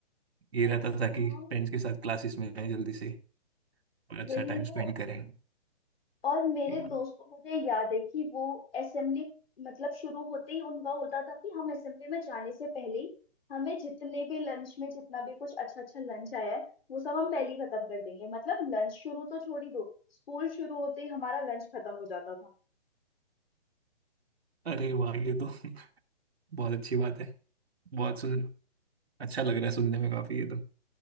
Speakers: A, on the right; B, on the left.
A: ये रहता था
B: हाँ
A: कि फ्रेंड्स के साथ क्लासेस में जाएं जल्दी से और अच्छा
B: वही
A: टाइम
B: तो
A: स्पेंड करें
B: और मेरे
A: या
B: दोस्त को मुझे याद है कि वो असेंबली मतलब शुरू होते ही उनका होता था कि हम असेंबली में जाने से पहले ही हमें जितने भी लंच में जितना भी कुछ अच्छा अच्छा लंच आया है वो सब हम पहले ही खत्म कर देंगे मतलब लंच शुरू तो छोड़ ही दो स्कूल शुरू होते ही हमारा लंच खत्म हो जाता था
A: अरे वाह ये तो <laughs> बहुत अच्छी बात है बहुत सुन अच्छा लग रहा है सुनने में काफी ये तो